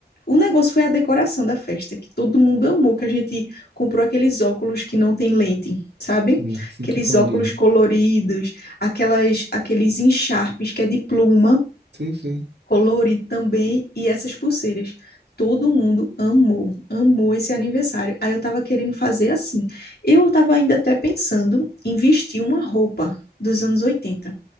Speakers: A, on the left; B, on the right.
A: O negócio foi a decoração da festa, que todo mundo amou, que a gente comprou aqueles óculos que não tem lente, sabe?
B: Sei, sei
A: Aqueles
B: que é colorido.
A: óculos coloridos aquelas, aqueles encharpes que é de pluma,
B: Sei, sei.
A: colorido também, e essas pulseiras. Todo mundo amou, amou esse aniversário. Aí eu tava querendo fazer assim. Eu tava ainda até pensando em vestir uma roupa dos anos oitenta